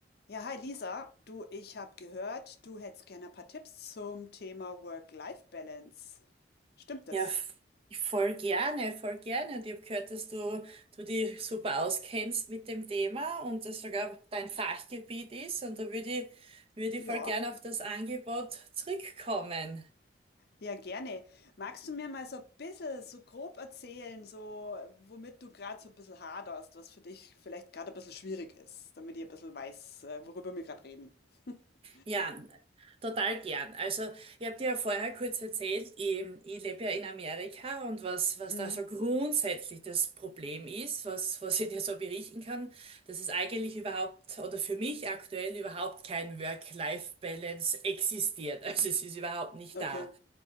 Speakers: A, on the left (about 60°); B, on the right (about 30°).
A: Ja, hi Lisa, du, ich habe gehört, du hättest gerne ein paar Tipps zum Thema Work-Life-Balance. Stimmt das?
B: Ja, f- voll gerne, voll gerne. Und ich habe gehört, dass du, du dich super auskennst mit dem Thema und das sogar dein Fachgebiet ist. Und da würde ich, würde ich
A: Ja,
B: voll gerne auf das Angebot zurückkommen.
A: ja, gerne. Magst du mir mal so ein bisschen, so grob erzählen, so womit du gerade so ein bisschen haderst, was für dich vielleicht gerade ein bisschen schwierig ist, damit ich ein bisschen weiß, äh, worüber wir gerade reden? <laughs>
B: Ja, total gern. Also, ich habe dir ja vorher kurz erzählt, ich, ich lebe ja in Amerika und was, was
A: Mhm.
B: da so grundsätzlich das Problem ist, was, was ich dir so berichten kann, dass es eigentlich überhaupt oder für mich aktuell überhaupt kein Work-Life-Balance existiert. Also, es ist überhaupt nicht
A: Okay.
B: da.